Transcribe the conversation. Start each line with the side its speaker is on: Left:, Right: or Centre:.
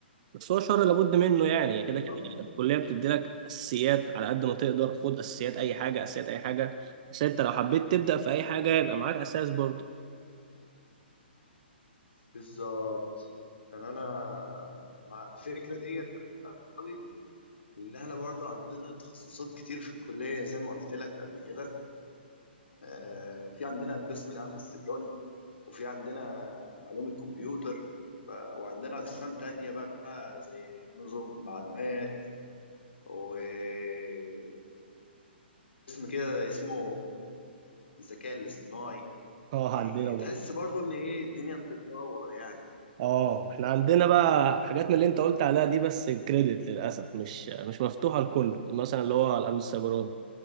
Right: بس هو شر لابد منه يعني
Left: بالظبط
Right: كده كده الكليه بتدي لك اساسيات على قد ما تقدر خد اساسيات اي حاجه اساسيات اي حاجه بس انت لو حبيت تبدا في اي حاجه يبقى معاك اساس برضه
Left: بالظبط يعني انا مع الفكره ديت قوي ان احنا برضه عندنا تخصصات كتير في الكليه زي ما قلت لك قبل كده آه في عندنا قسم الامن السيبراني وفي عندنا علوم الكمبيوتر ف... وعندنا أقسام تانية بقى زي نظم معلومات وقسم كده اسمه الذكاء الاصطناعي
Right: اه
Left: يعني
Right: عندنا
Left: تحس
Right: برضه
Left: برضو ان ايه الدنيا بتتطور يعني
Right: اه احنا عندنا بقى حاجات من اللي انت قلت عليها دي بس كريدت للاسف مش مش مفتوحه لكل مثلا اللي هو الامن السيبراني